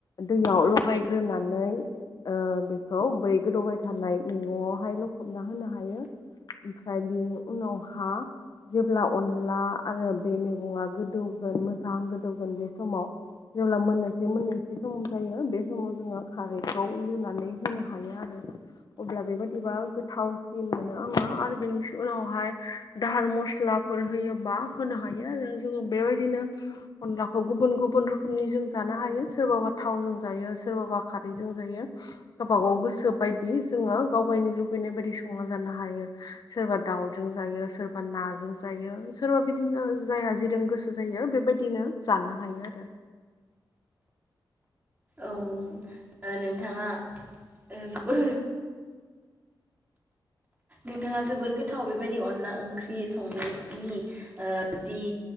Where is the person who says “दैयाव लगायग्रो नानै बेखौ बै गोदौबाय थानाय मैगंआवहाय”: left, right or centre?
Left